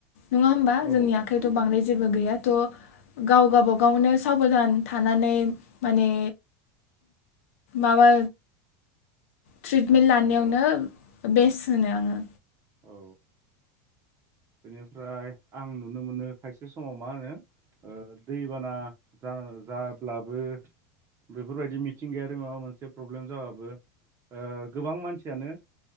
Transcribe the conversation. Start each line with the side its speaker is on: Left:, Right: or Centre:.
Left: नङा होमबा
Right: औ
Left: जोंनि आखाइथ'
Right: नंगौ
Left: बांद्राय
Right: नंगौ
Left: जेबो
Right: ओ
Left: गैया थ' गाव गाबागावनो साबधान थानानै माने माबा ट्रिटमेन्ट लानायावनो
Right: औ
Left: बेस्ट होनो आङो।
Right: औ बेनिफ्राय आं नुनो मोनो खायसे समाव मा होनो ओ दैबाना जा जाब्लाबो बेफोरबायदि मिथिंगायारि माबा मोनसे प्रब्लेम जाबाबो ओ गोबां मानसियानो